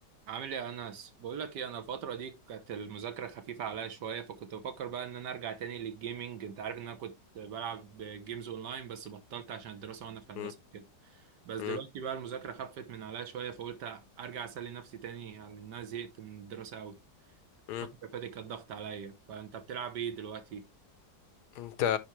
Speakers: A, on the right (about 70°); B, on the left (about 70°).
A: عامل ايه يا انس بقول لك ايه انا الفتره دي كانت المذاكره خفيفه عليا شويه فكنت بفكر بقى ان انا ارجع تاني للجيمنج انت عارف ان انا كنت بلعب جيمز اونلاين بس بطلت عشان الدراسه وانا في هندسه
B: مم.
A: كده بس
B: مم.
A: دلوقتي بقى المذاكره خفت من عليا شويه فقلت ارجع اسلي نفسي تاني يعني لان انا زهقت من الدراسه قوي
B: مم.
A: الفتره اللي فاتت كانت ضغط عليا فانت بتلعب ايه دلوقتي
B: انت